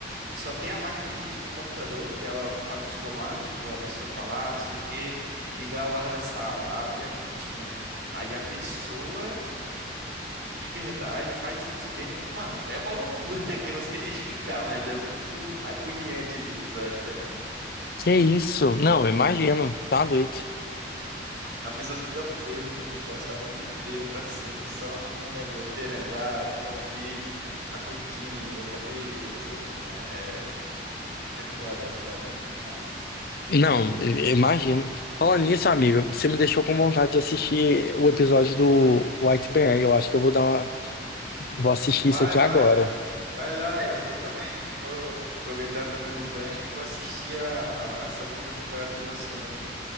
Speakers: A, on the right; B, on the left.
A: só tem a maquininha, tipo um computador, que ela faz os comandos, tipo a pessoa falar, não sei o que ligar o ar da sala, abrir a cortina. Aí a pessoa de verdade faz isso dentro. Mano, é uma loucura <laughs> que eu não sei nem explicar, mas é muito agoniante esse episódio, velho.
B: que isso? Não, eu imagino, tá doido.
A: A pessoa fica presa no negócio a vida inteira, pra sempre, só ficando ali operando. Ah, vou abrir a cortina, vou fazer isso, vou fazer aquilo. né? É, é foda, é foda, é muito massa.
B: Não, eu- eu imagino. Falando nisso, amigo, você me deixou com vontade de assistir o episódio do White Bear. Eu acho que eu vou dar uma, vou assistir
A: Vai,
B: isso aqui
A: vai.
B: agora.
A: Vai lá, eu vou também. Eu vou aproveitar também o gancho e vou assistir a, a- essa última temporada que lançou, então.